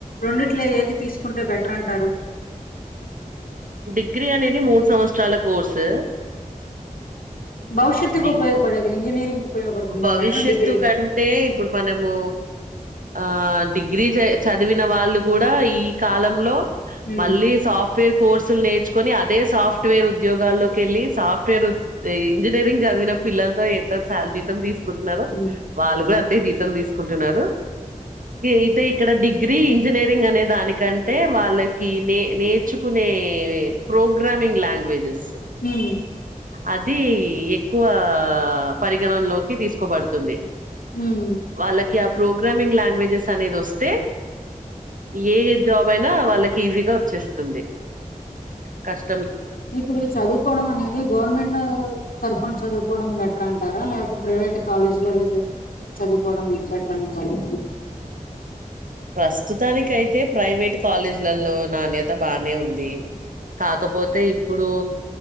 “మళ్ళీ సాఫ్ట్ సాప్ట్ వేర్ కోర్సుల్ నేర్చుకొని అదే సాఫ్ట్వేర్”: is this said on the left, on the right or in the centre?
Right